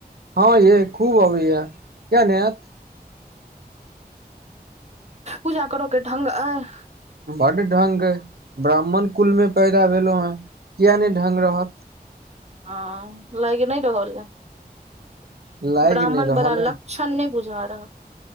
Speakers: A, on the right; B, on the right.
A: हँ य, खूब अबैये कि ने, यात।
B: पूजा करै के ढंग अछि।
A: बड़ ढंग अछि, ब्राह्मण कुलमे पैदा भेलहुँ हँ, किएक नहि ढंग रहत?
B: हँ, लागि नहि रहल अछि
A: लाइग
B: ब्राह्मणवला
A: नै रहल
B: लऽ।
A: अइ
B: क्षण नहि बुझा रहल अछि।